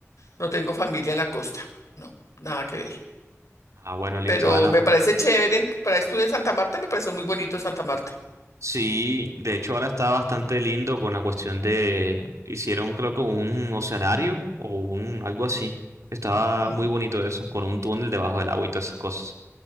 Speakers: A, on the left; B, on the right.
A: no tengo familia en la costa, no, nada que ver.
B: Ah, bueno, listo,
A: Pero
B: Ana.
A: me parece chévere, para estuve en Santa Marta, me pareció muy bonito Santa Marta.
B: Sí, de hecho ahora está bastante lindo con la cuestión de... Hicieron creo que un oceanario o un algo así. Estaba
A: Mm.
B: muy bonito eso, con un túnel debajo del agua y todas esas cosas.